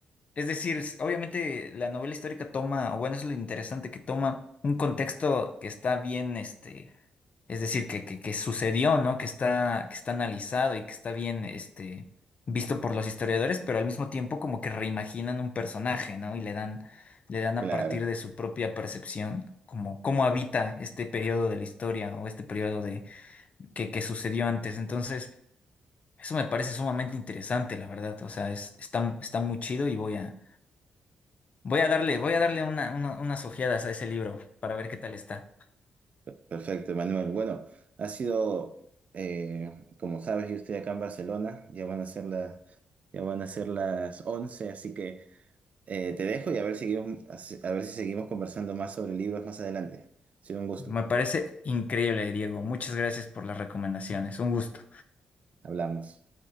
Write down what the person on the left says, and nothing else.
Es decir, s- obviamente la novela histórica toma, o bueno, es lo interesante que toma un contexto que está bien, este, es decir, que, que, que sucedió, ¿no? Que está, que está analizado y que está bien, este, visto por los historiadores, pero al mismo tiempo como que reimaginan un personaje, ¿no? Y le dan, le dan
a partir de su propia percepción, como cómo habita este periodo de la historia o este periodo de que, que sucedió antes. Entonces, eso me parece sumamente interesante, la verdad. O sea, es, está, está muy chido y voy a Voy a darle, voy a darle una- una- unas ojeadas a ese libro para ver qué tal está.
Me parece increíble, Diego. Muchas gracias por las recomendaciones. Un gusto.